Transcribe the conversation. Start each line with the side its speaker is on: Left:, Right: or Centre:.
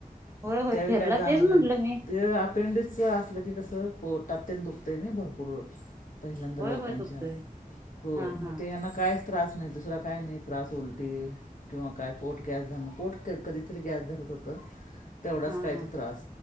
Right: होय होय
Left: त्यावेळी
Right: फिरला
Left: काय जाणलंय
Right: तेच म्हटलं मी
Left: ते अपेंडिकसच असलं की कसं. पोटातेन दुखतय नाय भरपूर पहिल्यांदा
Right: होय
Left: लोकांच्या
Right: होय दुखतोय
Left: होय
Right: हा हा
Left: मग ते ह्यांना कायच त्रास नाही दुसरा काय नाही त्रास उलटी किंवा काय पोट गॅस धरणं पोट कधीतरी गॅस धरत होतं. तेवढाच
Right: हा
Left: काय
Right: हा
Left: ते त्रास